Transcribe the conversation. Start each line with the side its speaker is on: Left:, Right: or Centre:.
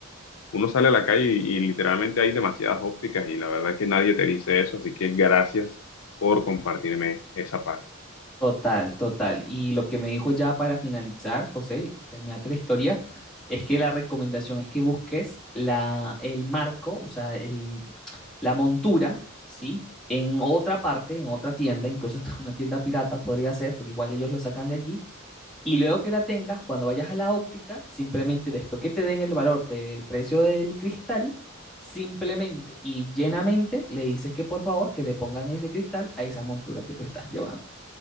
Left: Uno sale a la calle y, y literalmente hay demasiadas ópticas y la verdad es que nadie te dice eso, así que gracias por compartirme esa parte.
Centre: Total, total. Y lo que me dijo ya para finalizar, José, terminate la historia, es que la recomendación es que busques la, el marco, o sea, el, la montura, ¿sí? En otra parte, en otra tienda, incluso <laughs> hasta una tienda pirata podría ser, porque igual ellos lo sacan de allí, y luego que la tengas, cuando vayas a la óptica, simplemente después que te den el valor del precio del cristal, simplemente y llenamente le dices que por favor que le pongan ese cristal a esa montura que tú estás llevando.